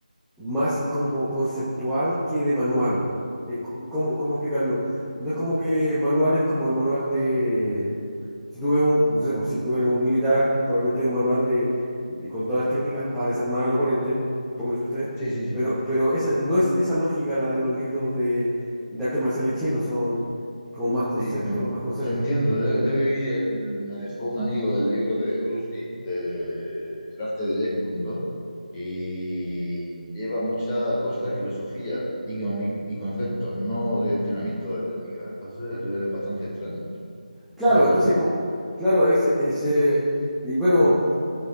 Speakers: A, in the centre; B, on the left.
A: más como conceptual que de manual. Eh, co- ¿cómo, cómo explicarlo? No es como que manual es como el manual de... Si tú ves un, no sé, pues, si tú eres un militar, probablemente hay un manual de, de- con todas las técnicas para desarmar al oponente, póngase usted,
B: Sí, sí, sí.
A: pero, pero esa, no es esa lógica la de los libros de, de artes marciales chinos, son como más conceptos
B: Sí, te, en-
A: más conceptos
B: te entiendo. Yo, yo vi el, me dejó un amigo el libro de Bruce Lee, de El arte de Jeet Kune Do, y lleva muchas cosas de filosofía y, con- y conceptos, no de entrenamiento de técnica. Entonces es bastante extraño,
A: Claro,
B: muy extraño.
A: entonces, co- claro, ese, ese, y bueno,